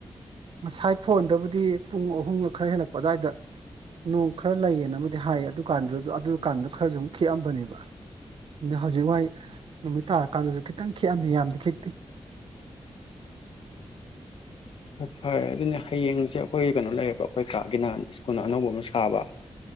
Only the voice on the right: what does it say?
ꯉꯁꯥꯏ ꯐꯣꯟꯗꯕꯨꯗꯤ ꯄꯨꯡ ꯑꯍꯨꯝꯒ ꯈꯔ ꯍꯦꯜꯂꯛꯄ ꯑꯗꯨꯋꯥꯏꯗ ꯅꯣꯡ ꯈꯔ ꯂꯩꯌꯦꯅꯕꯨꯗꯤ ꯍꯥꯏ ꯑꯗꯨꯀꯥꯟꯗꯨꯗ ꯑꯗꯨ ꯀꯥꯟꯗ ꯈꯔꯁꯨ ꯑꯗꯨꯨꯝ ꯈꯤꯛꯑꯝꯕꯅꯦꯕ ꯑꯗ ꯍꯧꯖꯤꯛ ꯋꯥꯏ ꯅꯨꯃꯤꯠ ꯇꯥꯔꯀꯥꯟꯗꯁꯨ ꯈꯤꯇꯪ ꯈꯤꯛꯑꯝꯃꯤ ꯌꯥꯝꯗꯤ ꯈꯤꯛꯇꯦ